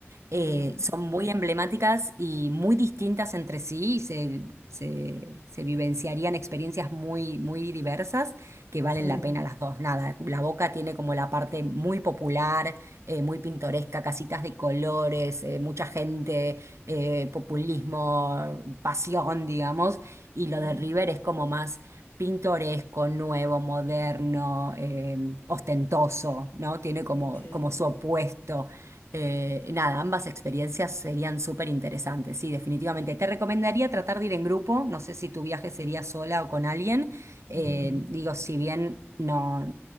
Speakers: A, on the left; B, on the right.
A: Ajá.
B: eh, son muy emblemáticas y muy distintas entre sí, y se, se, se vivenciarían experiencias muy, muy diversas que valen
A: Sí.
B: la pena las dos. Nada, La Boca tiene como la parte muy popular, eh, muy pintoresca, casitas de colores, eh, mucha gente, eh, populismo, pasión, digamos, y lo
A: Ujú.
B: de River es como más pintoresco, nuevo, moderno, eh, ostentoso, ¿no? Tiene como,
A: Ok.
B: como su opuesto. Eh, y nada, ambas experiencias serían súper interesantes, sí, definitivamente. Te recomendaría tratar de ir en grupo, no sé si tu viaje sería sola o con alguien. Eh,
A: Ujú.
B: digo, si bien no,